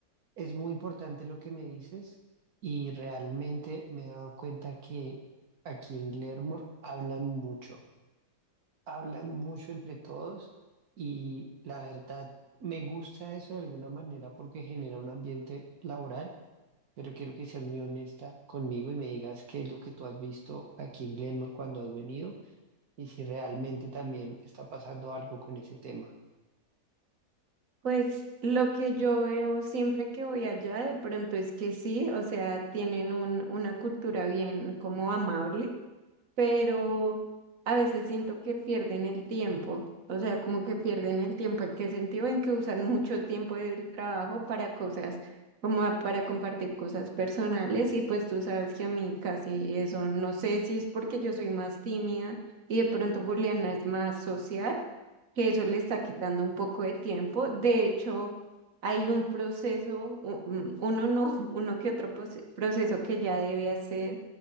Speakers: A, on the right (about 75°); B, on the right (about 60°).
A: es muy importante lo que me dices y realmente me he dado cuenta que aquí en Glenmore hablan mucho, hablan mucho entre todos y la verdad me gusta eso de alguna manera porque genera un ambiente laboral pero quiero que seas muy honesta conmigo y me digas qué es lo que tú has visto aquí en Glenmore cuando has venido y si realmente también está pasando algo con ese tema.
B: Pues lo que yo veo siempre que voy allá de pronto es que sí, o sea, tienen un, una cultura bien como amable, pero a veces siento que pierden el tiempo, o sea, como que pierden el tiempo. ¿En qué sentido? En que usan mucho tiempo del trabajo para cosas, como a- para compartir cosas personales y pues tú sabes que a mí casi eso, no sé si es porque yo soy más tímida y de pronto Juliana es más social que eso le está quitando un poco de tiempo. De hecho, hay un proceso, u- mm, uno no, <laughs> uno que otro pose- proceso que ya debe hacer